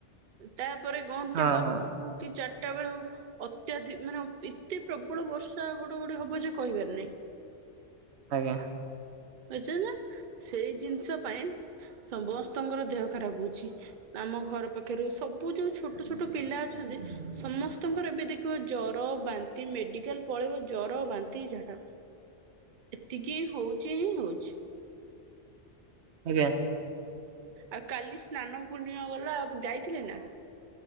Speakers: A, on the right; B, on the right.
A: ତାପରେ ଗଣ୍ଟେ
B: ହଁ
A: ପରେ
B: ହଁ
A: ହଉ କି ଚାରିଟା ବେଳେ ହଉ। ଅତ୍ୟାଧିକ ମାନେ ଏତେ ପ୍ରବଳ ବର୍ଷା ଘଡଘୋଡି ହବ ଯେ କହିିବାର ନାହିଁ।
B: ଆଜ୍ଞା।
A: ଚନା ସେଇ ଜିନିଷ ପାଇଁ ସମସ୍ତଙ୍କର ଦେହ ଖରାପ ହଉଛି। ଆମ ଘର ପାଖରୁ ସବୁ ଯୋଉ ଛୋଟ ଛୋଟ ପିଲା ଅଛନ୍ତି ସମସ୍ତଙ୍କର ଏବେ ଦେଖ ଜ୍ୱର ବାନ୍ତି ମେଡିକାଲ ପଳେଇବ ଜର ବାନ୍ ନ୍ତି ଯାହା ଏତିକି ହୋଉଛି ହିଁ ହୋଉଛି।
B: ଆଜ୍ଞା।
A: ଆଉ କାଲି ସ୍ନାନ ପୂର୍ଣିମା ଗଲା ଆଉ ଯାଇଥିଲେ ନା?